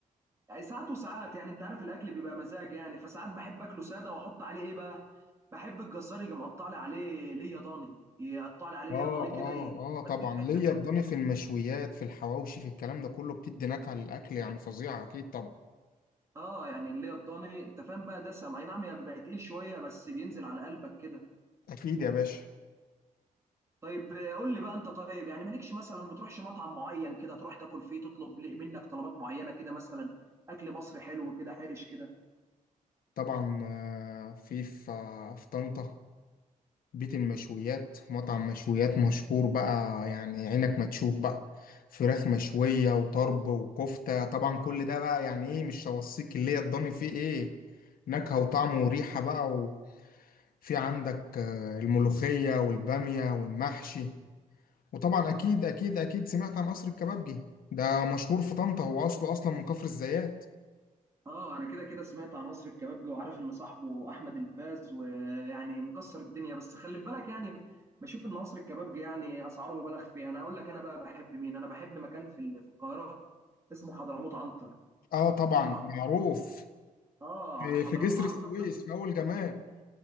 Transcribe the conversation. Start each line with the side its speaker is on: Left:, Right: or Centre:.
Right: يعني ساعات وساعات يعني انت عارف الاكل بيبقى مزاج يعني فساعات بحب اكله ساده واحط عليه ايه بقى بحب الجزار يجي مقطع لي عليه ليه ضاني يقطع لي عليه ليه
Left: اه
Right: ضاني
Left: اه
Right: كده يوديه
Left: اه طبعا
Right: في حته
Left: ليا
Right: تانيه
Left: الضاني في المشويات في الحواوشي في الكلام ده كله بتدي نكهه للاكل يعني فظيعه اكيد طبعا
Right: اه يعني اللي هي الضاني انت فاهم بقى دسم اي نعم هي بيبقى تقيل شويه بس بينزل على قلبك كده
Left: اكيد يا باشا
Right: طيب آه، قول لي بقى انت طيب يعني مالكش مثلا بتروحش مطعم معين كده تروح تاكل فيه تطلب لي- منك طلبات معينه كده مثلا اكل مصري حلو كده حرش كده
Left: طبعا آه، في في آه، في طنطا بيت المشويات مطعم مشويات مشهور بقى يعني عينك ما تشوف بقى فراخ مشوية وطرب وكفتة طبعا كل ده بقى يعني ايه مش هوصيك اللي هي الضاني فيه ايه نكهة وطعم وريحة بقى في عندك آه، الملوخية والبامية والمحشي وطبعا أكيد أكيد أكيد سمعت عن قصر الكبابجي ده مشهور في طنطا هو أصله أصلا من كفر الزيات
Right: اه انا كده كده سمعت عن قصر الكبابجي وعارف ان صاحبه احمد الباز ويعني مكسر الدنيا بس خلي بالك يعني بشوف ان قصر الكبابجي يعني اسعاره مبالغ فيها انا اقول لك انا بقى بحب مين انا بحب مكان في ال- في القاهره اسمه حضرموت عنتر
Left: آه طبعا
Right: تعرف
Left: معروف
Right: اه
Left: في
Right: حضرموت
Left: في جسر
Right: عنتر
Left: السويس في أول جمال